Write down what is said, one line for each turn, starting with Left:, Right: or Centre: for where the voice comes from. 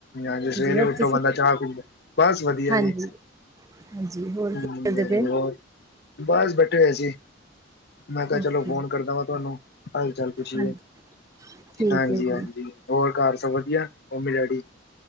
Left: ਹਾਂਜੀ ਸਵੇਰੇ
Right: ਹੋਰ
Left: ਉੱਠੋ
Right: ਤੁਸੀਂ
Left: ਬੰਦਾ ਚਾਹ ਪੀਦਾ। ਬਸ ਵਧੀਆ
Right: ਹਾਂਜੀ
Left: ਜੀ।
Right: ਹਾਂਜੀ ਹੋਰ
Left: ਹੂੰ
Right: ਕੀ ਕਰਦੇ ਪਏ
Left: ਬਸ ਬੈਠੇ ਹੋਏ ਸੀ। ਮੈਂ ਕਿਹਾ ਚਲੋ
Right: ਓਕੇ
Left: ਫੋਨ ਕਰਦਾ ਵਾਂ ਤੁਹਾਨੂੰ ਹਾਲ-ਚਾਲ ਪੁੱਛੀਏ।
Right: ਹਾਂਜੀ ਠੀਕ
Left: ਹਾਂਜੀ-ਹਾਂਜੀ
Right: ਹੈ ਜੀ
Left: ਹੋਰ ਘਰ ਸਭ ਵਧੀਆ, ਮੰਮੀ ਡੈਡੀ?